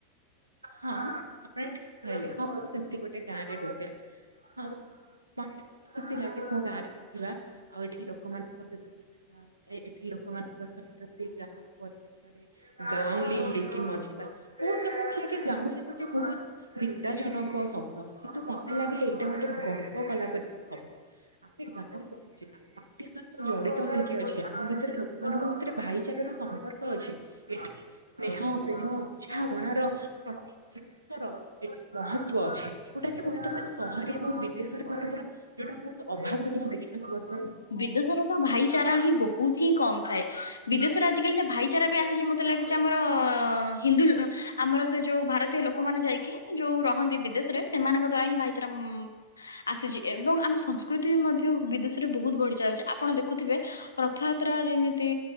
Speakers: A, on the right (about 80°); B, on the left (about 75°).
A: ହଁ ଆପଣ ଠିକ୍ କହିଲେ। ହଁ, ମୁଁ ସେମତି ଗୋଟେ ଗାଁରେ ରୁହେ। ହଁ, ମତେ ବହୁତ ଖୁସି ଲାଗେ ମୋ ଗାଁରେ ରହିବା। ଆଉ ଏଠି ଲୋକମାନଙ୍କ ସହିତ ମିଶିବା ଏଠି ଲୋ ଲୋକମାନଙ୍କ ସହିତ ସେ ଗାଁର ପରିବେଶରେ ଗାଉଁଲି ହେଇକି ମଜିବା କୋଉଠି ନା କୋଉଠି ଲାଗେ ଗାଉଁଲି ଗୋଟେ ବହୁତ୍ ନିନ୍ଦା ଜନକ ଶବ୍ଦ କିନ୍ତୁ ମତେ ଲାଗେ ଏଇଟା ଗୋଟେ ଗର୍ବ କଲାପରିକା ଶବ୍ଦ। ଆମେ ଗାଁରେ ରହୁଚେ, ଆମେ ପା ଟିଏ ସହିତ ଜଡିତ ହୋଇକି ଅଛି। ଆମ ଭିତରେ ଲୋକ ମାନଙ୍କ ଭିତରେ ଭାଇଚାର ର ସମ୍ପର୍କ ଅଛି। ଏଠି ସ୍ନେହ, ପ୍ରେମ, ଉତ୍ସାହ କୋଣ ର ପ୍ରତି ଜିନିଷର ଏଠି ମହତ୍ତ୍ୱ ଅଛି। ଯୋଉଟା କି ବର୍ତ୍ତମାନ ସହରେ ଏବଂ ବିଦେଶରେ ମାନେ ପୁରା ଯୋଉଟା ବହୁତ ଅଭାବନୀୟ ଦେଖିବାକୁ ପଡ଼େ।
B: ବିଦେଶର ତ ଭାଇଚାରା ହିଁ ବହୁତ ହିଁ କମ୍। ବିଦେଶରେ ଆଜିକାଲି ସେ ଭାଇଚାରା ବି ଆସିଛି। ମତେ ଲାଗୁଛି ଆମର-ଅ-ଅ-ଅ ହିନ୍ଦୁ ଆମର-ଅ ସେ ଯୋଉ ଭାରତୀୟ ଲୋକମାନେ ଯାଇକି ଯୋଉ ରହନ୍ତି। ବିଦେଶରେ ସେମାନଙ୍କ ଦ୍ଵାରା ହିଁ ଭାଇଚାରା ମ୍ ଆସିଛି, ଏ ଏବଂ ଆମ ସଂସ୍କୃତି ବି ମଧ୍ୟ ବିଦେଶ ରେ ବହୁତ ବଢି ଚାଲିଛି। ଆପଣ ଦେଖୁଥିବେ ରଥଯାତ୍ରା ଯେମିତି